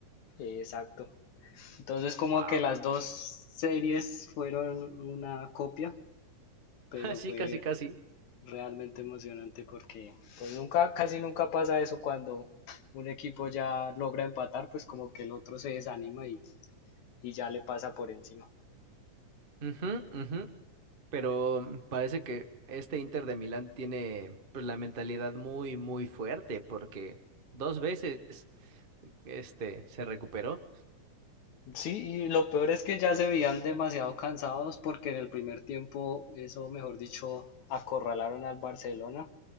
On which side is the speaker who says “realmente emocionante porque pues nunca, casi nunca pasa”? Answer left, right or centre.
Left